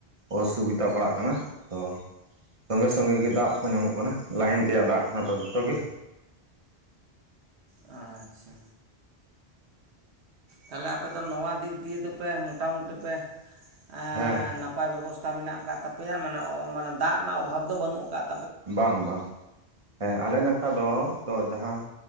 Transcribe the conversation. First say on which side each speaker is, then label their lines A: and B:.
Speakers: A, on the right; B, on the right.
A: ᱚᱥᱩᱵᱤᱫᱟ ᱯᱟᱲᱟᱜ ᱠᱟᱱᱟ, ᱛᱚ ᱥᱚᱸᱜᱮ ᱥᱚᱸᱜᱮ ᱜᱮ ᱫᱟᱜ ᱠᱚ ᱧᱟᱢᱚᱜ ᱠᱟᱱᱟ᱾ ᱞᱟᱭᱤᱱ ᱛᱮᱭᱟᱜ ᱫᱟᱜ ᱠᱟᱱᱟ ᱛᱚ ᱡᱚᱛᱚ ᱜᱮ
B: ᱟᱪᱪᱷᱟ, ᱛᱟᱦᱞᱮ ᱟᱯᱮ ᱫᱚ ᱱᱚᱣᱟ ᱫᱤᱠ ᱫᱤᱭᱮ ᱫᱚᱯᱮ, ᱢᱚᱴᱟᱢᱩᱴᱤ ᱯᱮ, ᱮᱸ
A: ᱦᱮᱸ
B: ᱱᱟ ᱱᱟᱯᱟᱭ ᱵᱮᱵᱚᱥᱛᱟ ᱢᱮᱱᱟᱜ ᱠᱟᱜ ᱛᱟᱯᱮᱭᱟ, ᱢᱟᱱᱮ, ᱢᱟᱱᱮ ᱫᱟᱜ ᱨᱮᱱᱟᱜ ᱚᱵᱷᱟᱵᱽ ᱫᱚ ᱵᱟᱹᱱᱩᱜ ᱠᱟᱫ
A: ᱵᱟᱝ, ᱵᱟᱝ, ᱦᱮᱸ ᱟᱞᱮ ᱱᱟᱠᱷᱟ ᱫᱚ, ᱛᱚ ᱡᱟᱦᱟᱸ